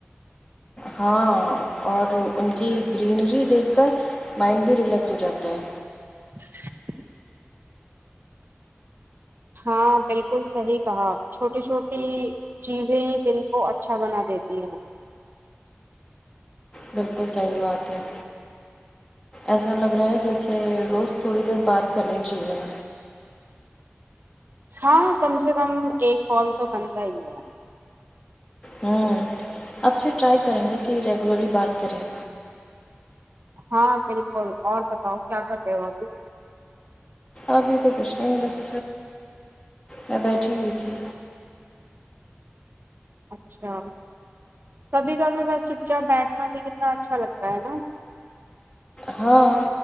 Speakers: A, on the left; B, on the right.
A: ہاں اور ان کی گرینری دیکھ کر مائنڈ بھی ریلیکس ہو جاتا ہے
B: <inaudible> ہاں بالکل صحیح کہا چھوٹی چھوٹی ہی چیزیں ہی دل کو اچھا بنا دیتی ہیں
A: بالکل صحیح بات ہے ایسا لگ رہا ہے جیسے روز تھوڑی دیر بات کرنی چاہیے
B: ہاں کم سے کم ایک کال تو بنتا ہی ہے
A: ہوں اب سے ٹرائی کریں گے کہ ریگولرلی بات کریں
B: ہاں بالکل اور بتاؤ کیا کر رہے ہو ابھی
A: ابھی تو کچھ نہیں بس میں بیٹھی ہوئی تھی
B: اچھا کبھی کبھی بس چپ چاپ بیٹھنا بھی کتنا اچھا لگتا ہے نا
A: ہاں